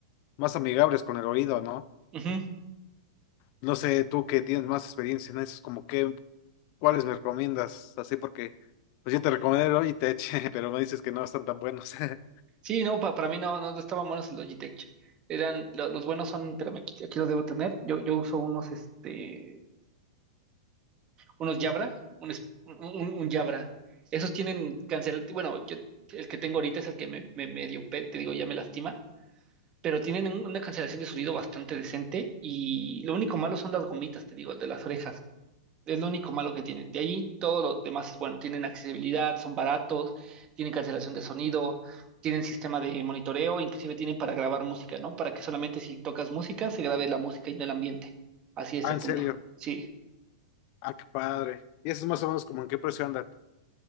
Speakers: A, on the left (about 50°); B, on the right (about 30°).
A: más amigables con el oído, ¿no?
B: <laughs> Ujú.
A: No sé, tú que tienes más experiencia en eso, como que, ¿cuáles me recomiendas? Así porque, pues yo te recomendé el Logitech, <laughs> pero me dices que no están tan buenos. <laughs>
B: Sí, no, pa- para mí no, no, no estaban buenos el Logitech. Eran, lo- los buenos son, espérame, aquí, aquí los debo tener. Yo, yo uso unos, este, unos Jabra, un, es- un, un Jabra. Esos tienen cancel, bueno, yo, el que tengo ahorita es el que me, me medio, pe- te digo, ya me lastima pero tienen una cancelación de sonido bastante decente y lo único malo son las gomitas, te digo, de las orejas. Es lo único malo que tienen. De ahí todo lo demás es bueno. Tienen accesibilidad, son baratos, tienen cancelación de sonido, tienen sistema de monitoreo, inclusive tienen para grabar música, ¿no? Para que solamente si tocas música se grabe la música y no el ambiente. Así ese
A: Ah, en
B: punto.
A: serio.
B: Sí.
A: Ah, qué padre. Y eso es más o menos como en qué precio andan.